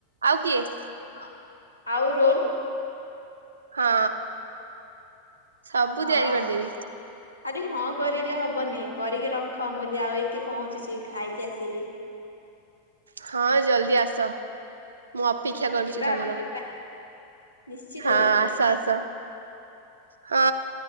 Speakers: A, on the right; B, on the left.
A: ଆଉ କିଏ?
B: ଆ ଆଉ ରୋଲ?
A: ହଁ। ସବୁ
B: ହଁ।
A: ତିଆରି କରିଦେବି
B: ଆରେ ହଁ କରିଲେ ହବନି କରିକି ରଖ ମୁଁ ଯାଇକି ପହଞ୍ଚୁଚି ଖାଇକି ଆସିବି।
A: ହଁ ଜଲ୍ଦି ଆସ। ମୁଁ ଅପେକ୍ଷା କରୁଛି
B: ଯିବା
A: ତମର
B: ଆଉ ଯିବା ନିଶ୍ଚିତ
A: ହଁ
B: ଯିବା
A: ଆସ ଆସ। ହଁ।